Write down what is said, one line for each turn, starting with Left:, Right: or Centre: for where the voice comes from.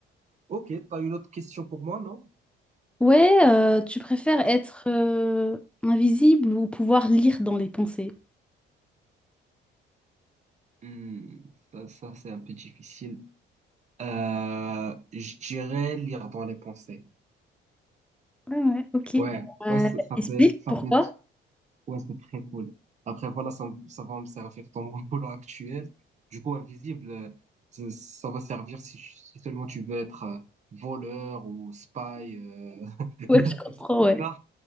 Right: Ok, t'as une autre question pour moi, non?
Centre: Ouais, euh, tu préfères être euh, invisible ou pouvoir lire dans les pensées?
Right: Hmm, ça, ça c'est un peu difficile. Euh, je dirais lire dans les pensées.
Centre: Ouais, ouais, ok.
Right: Ouais,
Centre: Euh,
Right: ouais, ça ça
Centre: explique
Right: peut être, ça
Centre: pourquoi?
Right: peut être, ouais, c'est très cool. Après, voilà, ça, me- ça va me servir dans mon <laughs> boulot actuel. Du coup, invisible, euh, ça, ça va servir si, si seulement tu veux être euh, voleur ou spy. euh. <laughs>
Centre: Ouais, je comprends,
Right: Sinon,
Centre: ouais.